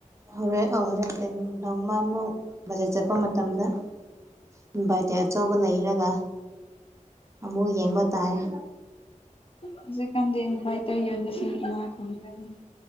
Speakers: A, on the right; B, on the left.
A: ꯍꯣꯔꯦꯟ ꯍꯣꯔꯦꯟ ꯇꯦꯟ ꯅꯣꯡꯃꯃꯨꯛ ꯕꯖꯦꯠ ꯆꯠꯄ ꯃꯇꯝꯗ ꯏꯟꯚꯥꯏꯇꯦꯠ ꯑꯆꯧꯕ ꯂꯩꯔꯒ ꯑꯃꯨꯛ ꯌꯦꯡꯕ ꯇꯥꯥꯏꯦ
B: ꯍꯧꯖꯤꯛꯀꯥꯟꯗꯤ ꯚꯏꯗ ꯌꯣꯟꯕꯁꯤꯡ ꯏꯅꯥ ꯈꯨꯝꯈ꯭ꯔꯅꯤ